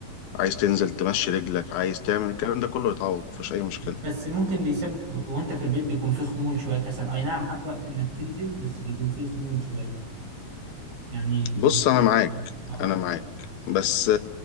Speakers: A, on the left (about 90°); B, on the right (about 70°).
A: عايز تنزل تمشي رجلك عايز تعمل الكلام ده كله يتعوض مفيش اي مشكله
B: بس ممكن بيسبب وانت في البيت بيكون فيه خمول شوية كسل اي نعم معاك وقت انك تنزل بس بيكون فيه خمول شوية يعني
A: بص
B: بتخلص
A: انا معاك
B: اه آه،
A: انا معاك بس